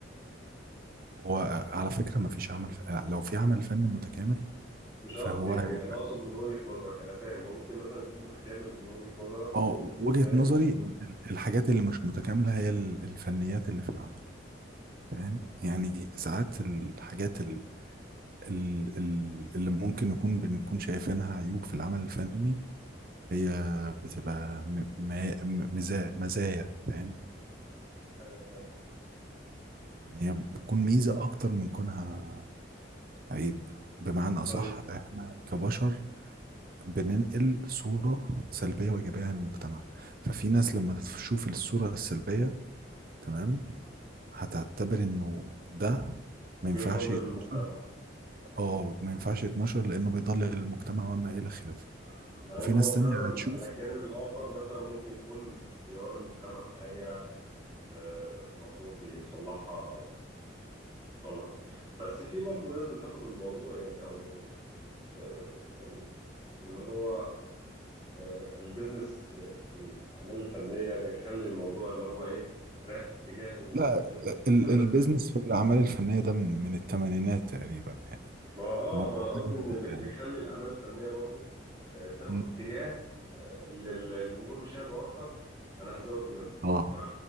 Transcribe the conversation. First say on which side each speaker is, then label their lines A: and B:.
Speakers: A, on the right; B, on the right.
A: هو على فكرة ما فيش عمل ف... لو في عمل فن متكامل
B: مش
A: فهو
B: قصدي يعني
A: هيبقى-
B: انا اقصد من وجهه نظرك انا فاهم ممكن مثلا يكون متكامل من وجهه نظرك
A: اه وجهة
B: فاهم
A: نظري
B: ومن
A: الحاجات اللي مش متكاملة هي ال- الفنيات اللي في العمل فاهم يعني ساعات الحاجات ال- ال- ال- اللي ممكن نكون بنكون شايفينها عيوب في العمل الفني هي بتبقى م- ما- م- مزا- مزايا فاهم
B: ايوه فاهم
A: يعني هي بتكون ميزة أكتر من كونها عيب بمعنى أصح
B: طيب
A: إحنا كبشر بننقل صورة سلبية وإيجابية عن المجتمع ففي ناس لما تشوف الصورة السلبية تمام هتعتبر إنه ده ما
B: بيضلل
A: ينفعش يتنشر
B: المجتمع
A: اه ما ينفعش يتنشر لانه بيضلل المجتمع وما الى خلافه
B: مع
A: وفي
B: ان هو
A: ناس
B: فعلا
A: تانية هتشوف
B: على الجانب الاخر مثلا ممكن يكون بيوري المجتمع حاجه آه، مفروض يصلحها او يصلح منها بس في برضه ناس بتاخد الموضوع يعني او آه، يعني اللي هو آه، البيزنس آه، في الاعمال الفنيه بيخلي الموضوع اللي هو ايه رايح في اتجاه
A: لا
B: المشاهدات
A: ال- البيزنس في الاعمال الفنيه ده من من الثمانينات تقريبا يعني
B: ما اه
A: هو
B: ما
A: مش
B: قصدي
A: حاجه جديده
B: ان بي-
A: يعني
B: بيخلي الاعمال الفنيه برضو آه، تاخد
A: مم.
B: اتجاه آه، اللي الجمهور بيشاهده اكتر انا هزود منه
A: اه
B: ف